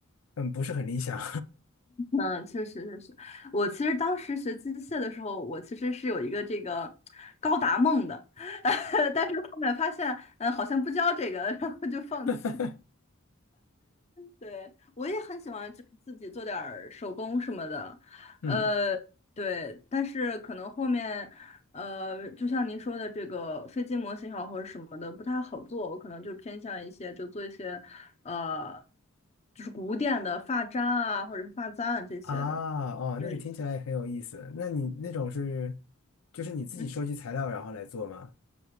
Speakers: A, on the left; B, on the left.
A: 嗯不是很理想。
B: 嗯，确实确实，我其实当时学机械的时候，我其实是有一个这个高达梦的，<laughs> 但是后面发现，嗯，好像不教这个，然后就放弃。
A: <laughs>
B: 对，我也很喜欢就自己做点儿手工什么的，
A: 嗯
B: 呃，对，但是可能后面，呃，就像您说的这个飞机模型也好或者什么的不太好做，我可能就偏向一些就做一些，呃，就是古典的发簪啊或者是发簪啊这些的。
A: 啊哦，
B: 对，
A: 那个听起来很有意思。那你那种是就是你自己收集材料然后来做吗？
B: 嗯，